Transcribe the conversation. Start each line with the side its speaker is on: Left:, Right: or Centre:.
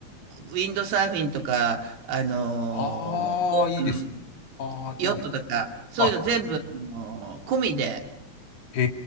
Right: ウィンドサーフィンとか、あの、
Left: ああー、いいですね。
Right: ううん
Left: ああ、
Right: ヨットとか、
Left: いいです。
Right: そういうの全部、
Left: はい、はい。
Right: あの、込みでや
Left: へ